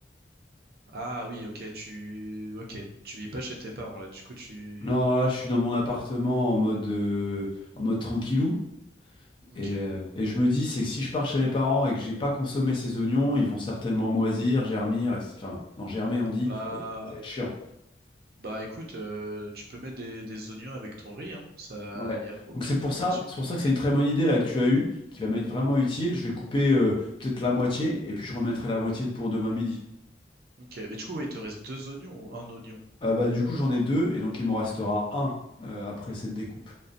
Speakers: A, on the right (about 55°); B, on the left (about 30°).
A: Ah oui, ok, tu, ok, tu vis pas chez tes parents là, du coup tu,
B: Non, là, je suis dans mon appartement en mode, euh, en mode tranquillou.
A: ok.
B: Et, euh, et je me dis, c'est que si je pars chez mes parents et que j'ai pas consommé ces oignons, ils vont certainement moisir, germir, et c'est- enfin, non, germer, on dit,
A: Bah,
B: et ça va être chiant.
A: bah écoute, euh, tu peux mettre des, des oignons avec ton riz, hein, ça,
B: Ouais.
A: y a aucun
B: Donc c'est pour
A: problème
B: ça,
A: là-dessus.
B: c'est pour ça que c'est une très bonne idée là que tu as eue, qui va m'être vraiment utile. Je vais couper euh, peut-être la moitié, et puis je remettrai la moitié pour demain midi.
A: Ok, mais du coup, ouais, il te reste deux oignons ou un oignon?
B: Euh, bah, du coup, j'en ai deux, et donc il m'en restera un euh, après cette découpe.